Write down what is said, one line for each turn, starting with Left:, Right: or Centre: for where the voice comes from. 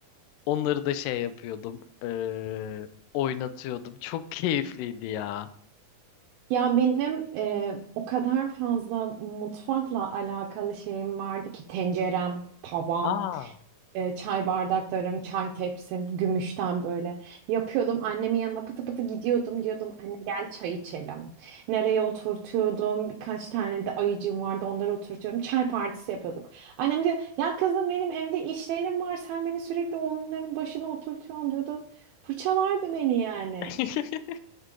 Left: Onları da şey yapıyordum. e, oynatıyordum. <laughs> Çok keyifliydi ya.
Right: Ya benim e, o kadar fazla mutfakla alakalı şeyim vardı ki tencerem, tavam.
Left: Aa,
Right: E, çay bardaklarım, çay tepsim, gümüşten böyle yapıyordum. Annemin yanına pıtı pıtı gidiyordum diyordum anne gel çay içelim. Nereye oturtuyordum? Birkaç tane de ayıcığım vardı onları oturtuyordum. Çay partisi yapıyorduk. Annem diyor ya kızım benim evde işlerim var sen beni sürekli oyunların başına oturtuyorsun diyordu. Fırçalardı beni yani.
Left: <laughs>